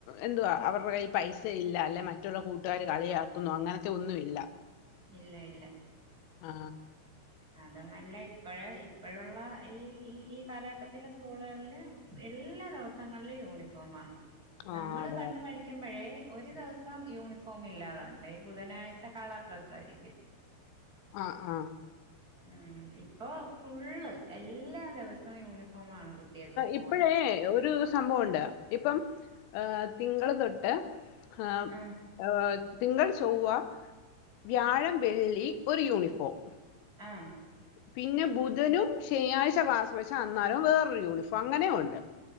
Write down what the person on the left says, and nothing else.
എന്തുവാ അവരുടെ കൈയി പൈസ ഇല്ല, അല്ലെ മറ്റുള്ള കൂട്ടുകാര് കളിയാക്കുന്നു അങ്ങനത്തെ ഒന്നും ഇല്ല.
ആ
ആ
അതെ
അതെ
അ ആ
ഇപ്പോഴേ ഒരു സംഭവം ഒണ്ട്. ഇപ്പം ഏ തിങ്കള് തൊട്ട് <unintelligible>
തിങ്കൾ, ചൊവ്വ, വ്യാഴം. വെള്ളി ഒരു യൂണിഫോം.
പിന്നെ ബുധനും ശനിയാഴ്ച്ച ക്ലാസ് വെച്ചാ അന്നാരം വേറൊരു യൂണിഫോം അങ്ങനേം ഒണ്ട്.